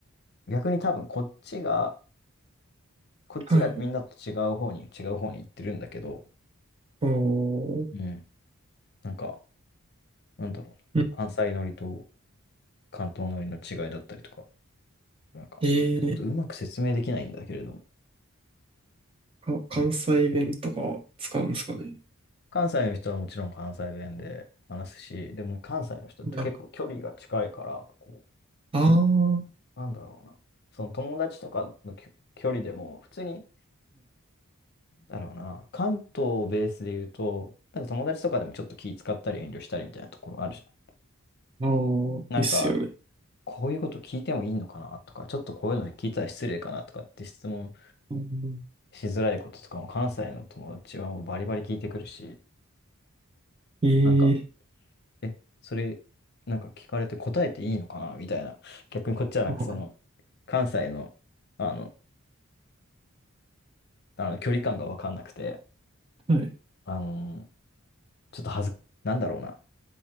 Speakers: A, on the left; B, on the right.
A: う、逆に多分こっちが、こっちがみんなと違う方に、
B: はい。
A: 違う方に行ってるんだけど、
B: おー。
A: うん、なんか、なんだろうな、
B: うん
A: 関西乗りと関東乗りの違いだったりとか、なんか、
B: えー、
A: ちょっとうまく説明できないんだけれども、
B: あ関西弁とか使うんですかね。
A: うん関西の人はもちろん関西弁で話すし、でも関西の人って結構距離が近いから、
B: なんか、
A: こ
B: ああ、はい。
A: う、なんだろうな。その友達とかのきょ距離でも、普通に、なんだろうな、関東をベースで言うと、なんか友達とかでもちょっと気使ったり遠慮したりみたいなところあるじゃん。
B: ああ、
A: なんか、
B: ですよね。
A: こういうこと聞いてもいいのかなとか、ちょっとこういうの聞いたら失礼かなとかって質問
B: うん
A: しづらいこととかも関西の友達はもうバリバリ聞いてくるし、
B: えー、
A: なんか、え、それ、なんか聞かれて答えていいのかなみたいな。逆にこっちはなんかその、
B: あー
A: 関西の、あの、あの距離感がわかんなくて、
B: はい。
A: あのーちょっとはず、なんだろうな。